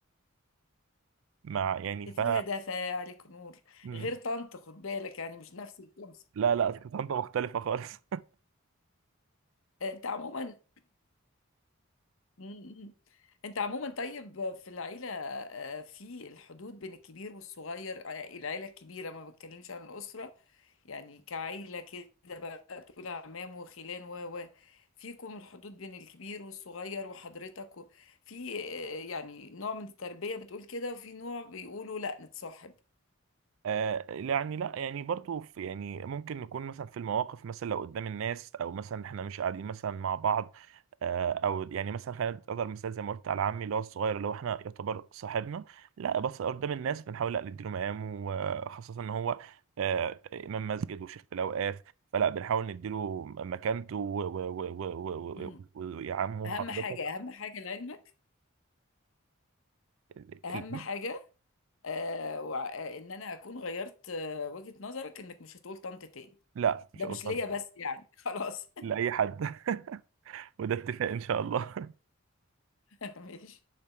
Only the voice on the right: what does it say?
مع يعني ف
مم.
لا لا كانت انت مختلفه خالص
آه يعني لا يعني برضو في يعني ممكن نكون مثلا في المواقف مثلا لو قدام الناس او مثلا احنا مش قاعدين مثلا مع بعض آه او يعني مثلا خلينا نقدر مثال زي ما قلت على عمي اللي هو الصغير اللي هو احنا يعتبر صاحبنا لا بس قدام الناس بنحاول لا نديله مقامه وخاصة ان هو آه امام مسجد وشيخ الاوقاف فلا بنحاول نديله مكانته و- و- و- و-
و- و- ويا عمو
حضرتك
ال-
ال-
لا
مش هقول
حضرتك،
لاي حد <laughs> وده اتفاق ان شاء الله